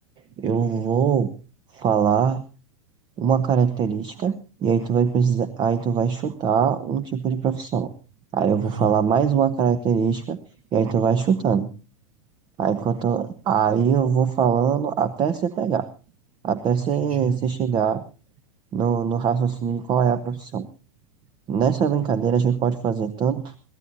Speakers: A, on the right; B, on the right.
A: Eu vou falar uma característica e aí tu vai precisar, aí tu vai chutar um tipo de profissão. Aí eu vou
B: Aham,
A: falar mais uma característica e aí tu vai chutando. Aí, enquanto, aí eu vou falando até você pegar, até
B: entendi.
A: você, você chegar no, no raciocínio de qual é a profissão. Nessa brincadeira,
B: E-
A: a gente pode fazer tanto